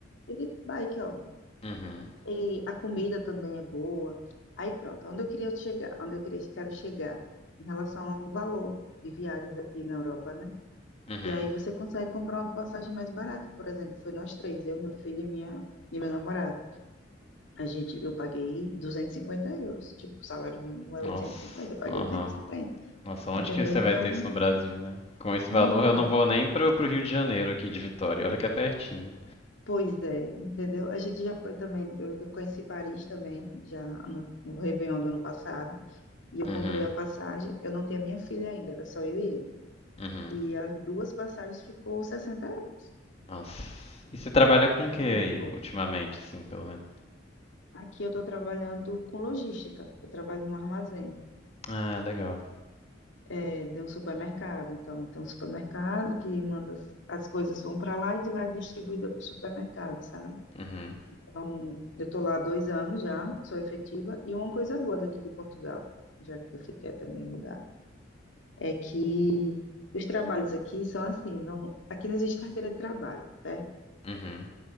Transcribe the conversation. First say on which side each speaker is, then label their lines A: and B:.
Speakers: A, on the left (about 75°); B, on the left (about 35°).
A: e de bike, ó.
B: Uhum.
A: E a comida também é boa. Aí pronto, onde eu queria chegar, onde eu queria, quero chegar em relação ao valor de viagens aqui na Europa, né?
B: Uhum.
A: E aí você consegue comprar uma passagem mais barata, por exemplo, foi nós três, eu, meu filho e minha e meu namorado. A gente, eu paguei 250 euros, tipo, o salário mínimo é
B: Nossa.
A: 850, eu paguei
B: Aham.
A: duzentos e cinquenta,
B: Nossa, onde
A: entendeu?
B: que você
A: Então,
B: vai ter isso no Brasil, né? Com esse
A: nunca.
B: valor, eu não vou nem pro, pro Rio de Janeiro aqui de Vitória. Olha que é pertinho.
A: Pois é, entendeu? A gente já foi também, eu já conheci Paris também, já no, no Réveillon do ano passado, e eu
B: Uhum,
A: comprei a passagem, eu não tinha minha filha ainda, era só eu e ele.
B: uhum.
A: E as duas passagens ficou 60 euros,
B: Nossa. E você trabalha com o
A: 50
B: que aí,
A: e pouco.
B: ultimamente, assim, pelo menos?
A: Aqui eu estou trabalhando com logística, eu trabalho no armazém.
B: Ah, legal.
A: é, de um supermercado. Então, tem um supermercado que manda as, as coisas vão para lá e de lá é distribuída para o supermercado, sabe?
B: Uhum,
A: Então, eu estou lá há dois anos já, sou efetiva, e uma coisa boa daqui de Portugal, já que você quer também mudar, é que os trabalhos aqui são assim, não, aqui não existe carteira de trabalho, certo?
B: uhum,